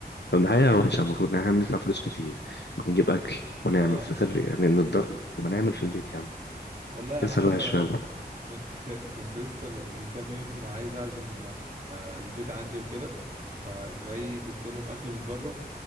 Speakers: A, on the left; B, on the right.
A: طب ده حقيقة وحشة المفروض إن إحنا بندفع فلوس كتير ونجيب أكل ونعمل
B: اه
A: في الآخر يعني نتضرر طب نعمل في البيت يا عم
B: والله
A: كسل
B: انا حتى
A: وحش فعلا
B: كنت <laughs> كنت لسه من من كام يوم عايز اعزم آه، البيت عندي وكده فجاي جبت لهم اكل من بره